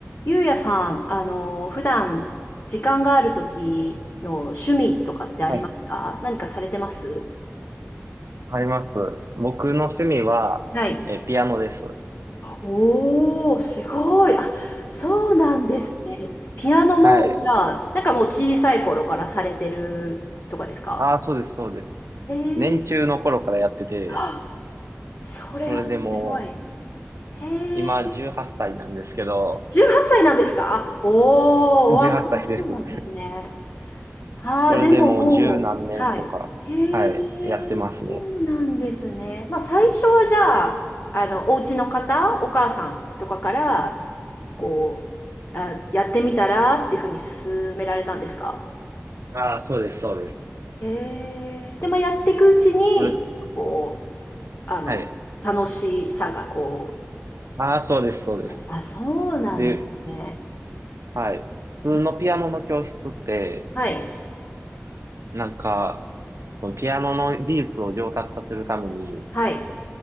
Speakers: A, on the left; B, on the right.
A: ゆうやさん、あの、普段時間がある時の趣味とかってありますか何かされてます
B: はい。あります。僕の趣味は、
A: はい。
B: えー、ピアノです。
A: おー、すごい。あ、
B: <laughs>
A: そうなんですね。ピアノも、
B: はい。
A: じゃあ、なんかもう小さい頃からされてるとかですか
B: ああ、そうです、そうです。
A: えー、
B: 年中の頃からやってて、
A: あそれはすごい。
B: それでも
A: へえ、
B: う、今18歳なんですけど、
A: 18歳なんですかおー、
B: 18歳です。
A: お若い。そうなんですね。ああ、
B: それでもう十何年とか、
A: でももう、はい。へえ、
B: はい、やってますね。
A: そうなんですね。まあ、最初はじゃあ、あの、お家の方、お母さんとかから、こう、あ、やってみたらっていうふうに勧められたんですか
B: ああ、そうです、そうです。
A: へえ、で、まあ、やっていくうちに、
B: それ、
A: こう、あの、
B: はい。
A: 楽しさがこ
B: ああ、そうです、そうです。
A: う、あ、そうなんですね。
B: で、はい。普通のピアノの教室って、
A: えはい、
B: なんか、そのピアノの技術を上達させるために、
A: はい。